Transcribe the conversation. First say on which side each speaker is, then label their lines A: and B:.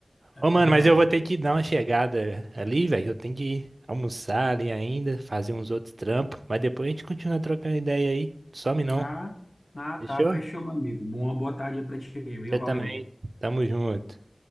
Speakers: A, on the right; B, on the left.
A: Ô, mano,
B: É verdade.
A: mas eu vou ter que dar uma chegada ali, velho. Eu tenho que almoçar ali ainda, fazer uns outros trampos. Mas depois a gente continua trocando ideia aí. Some não.
B: Ah, ah,
A: Fechou?
B: tá, fechou, meu amigo. Boa, boa tarde aí pra ti, viu?
A: Você
B: Valeu.
A: também. Tamo junto.